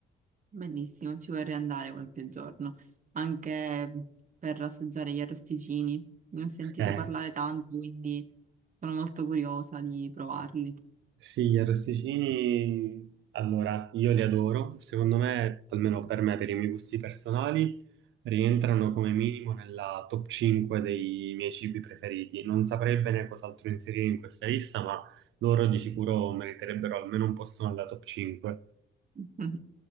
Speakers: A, on the right; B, on the right.
A: Bellissimo, ci vorrei andare qualche giorno, anche per assaggiare gli arrosticini. Ne ho sentito
B: Eh,
A: parlare tanto, quindi sono molto curiosa di provarli.
B: Sì, gli arrosticini, allora, io li adoro. Secondo me, almeno per me, per i miei gusti personali, rientrano come minimo nella top 5 dei miei cibi preferiti. Non saprei bene cos'altro inserire in questa lista, ma loro di sicuro meriterebbero almeno un posto nella top 5.
A: <laughs>